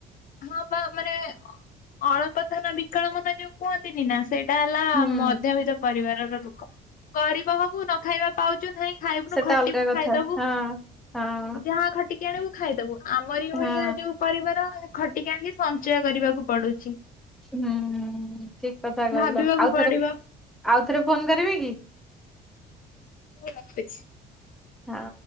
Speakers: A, on the left (about 55°); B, in the centre.
A: ହଁ ପା ମାନେ ଅଳପ ଧନ ବିକଳ ମନ ଯୋଉ କୁହନ୍ତିନି ନା ସେଇ ଇଟା ହେଲା
B: ହୁଁ
A: ମଧ୍ୟବିତ୍ତ ପରିବାରର। ଲୋକ। ଗରିବ ହବୁ ନ ଖାଇବା ପାଉ ଚୁ କାଇଁ ଖାଇବୁନୁ,
B: ସେଟା
A: ଖଟିବୁ
B: ଅଲଗା କଥା।
A: ଖାଇଦବୁ।
B: ହଁ ହଁ
A: ଯାହା ଖଟି ଆଣିବୁ ଖାଇଦବୁ। ଆମରି ଭଳିଆ
B: ହଁ
A: ଯୋଉ ପରିବାର ଖଟିକି ଆଣିକି ସଞ୍ଚୟ କରିବାକୁ ପଡୁଛି।
B: ହୁଁ ହୁଁ ଠିକ କଥା କହିଲ।
A: ଭାବିବାକୁ
B: ଆଉଥରେ
A: ପଡିବ
B: ଆଉ ଥରେ ଫୋନ କରିବି କି?
A: ରଖୁଛି।
B: ହଁ।